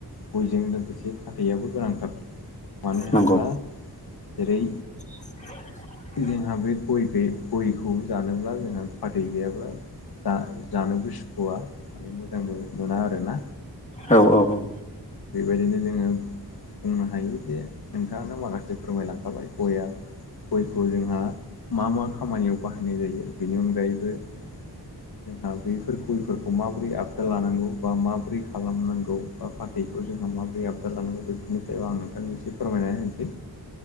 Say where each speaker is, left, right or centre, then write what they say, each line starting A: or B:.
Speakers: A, on the left; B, on the left.
A: गयजों लोगोसे फाथैयाबो गोनांथार मानो होनोब्ला
B: नंगौ
A: जेरै
B: <inaudible>
A: जोंहा बे गय गयखौ जानोब्ला जोंहा फादै गैयाब्ला जा जानोबोसुखुआ माने मोजां मोना आरो ना।
B: औ औ औ
A: बेबायदिनो जोङो बुंनो हायो जे नोंथाङानो माखासे फोरमायलांखाबाय गया गयखौ जोंहा मा मा खामानियाव बाहायनाय जायो बेनि अनगायैबो जोंहा बेफोर गयफोरखौ माबोरै आबदार लानांगौ बा माबोरै खालामनांगौ बा फाथैखौ जोंहा माबोरै आबदाद लानांगौ बेफोरनि सायाव आं नोंथांनि मोनसे फोरमायनानै होनोसै।